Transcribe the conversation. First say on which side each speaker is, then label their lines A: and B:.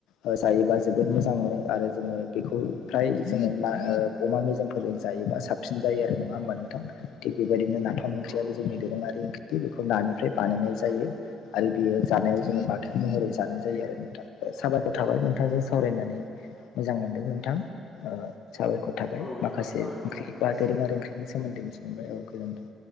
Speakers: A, on the left; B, on the left.
A: ओ जायोबा जोबो मोजां मोनो आरो जों। जोङो बेखौ फ्राय जोङो मा ओ अमा मेजमफोरजों जायोबा साबसिन जायो आरो नङा होमबा नोंथां थिक बेबायदि नाफ ओख्रिय
B: औ
A: जोंनि दोरङारि ओंख्रि बेखौ नानिफ्राय बानायनाय जायो आरो बियो जानायाव जोङो बाथोन महराव जानाय जायो आरो नोंथां साबायखर थाबाय नोंथांजों सावरायनानै मोजां मोनदों नोंथां साबायखर थाबाय
B: औ नोंथां
A: माखासे
B: साबायखर
A: ओंख्रि
B: थाबाय गोजोन्थों।
A: बा दोरोङारि ओंख्रिनि सोमोन्दै फंबाय औ गोजोनथों